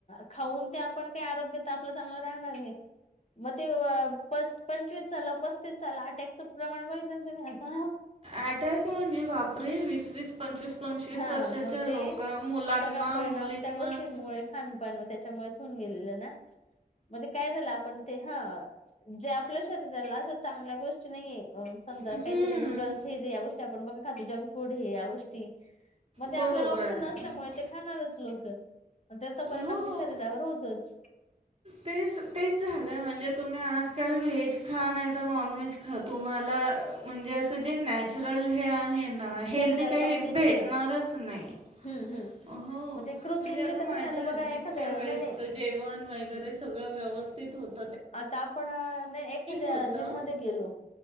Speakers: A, on the left (about 45°); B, on the right (about 40°).
A: खाऊन ते आपण का आरोग्य ते त आपल चांगलं राणार नाही मग ते अ प पंचवीस झालं पस्तीस झालं अटॅकचं प्रमाण बघितलं ना तुम्ही? आता
B: अटॅक व्हणी बापरे वीस -वीस पंचवीस पंचवीस
A: हा
B: वर्षाच्या
A: मग ते
B: लोक मुलांना
A: सगळा परिणाम
B: मुलींना
A: त्या गोष्टींमुळे खानपान म त्याच्यामुळेच होऊन गेलेलं ना मग ते काय झालं आपण ते ह जे आपल्या शरीराला अस चांगल्या गोष्टी नाहीय समजा
B: हम्म
A: काहीतरी नूडल्स फेरी या गोष्टी आपण बघा खातो जंक फूड हे या गोष्टी मग ते
B: बरोबर
A: आपल्याला ऑप्शन
B: आहे
A: नसल्यामुळे ते खाणारच लोक म त्याचा परिणाम
B: हो
A: ते शरीरावर होतोच.
B: तेच तेच झालंय म्हणजे तुम्ही आजकाल व्हेज खा नाही तर नॉन व्हेज खा तुम्हाला म्हणजे असं जे नॅचरल हे आहे ना हेल्दी
A: शरीराला
B: काही
A: पाहिजे ते
B: भेटणारच
A: नाही मिळत
B: नाही.
A: हम्म हम्म.
B: हो
A: मग ते कृत्रिमरित्या
B: म्हणजे आता माझ्या
A: तुम्ही
B: आजीच्या
A: बघा एखाद्या
B: वेळेसच
A: नाही नाही
B: जे जेवण वगैरे सगळं व्यवस्थित होत.
A: आता आपण नाही एखाद्या
B: होतं
A: जिम मध्ये गेलो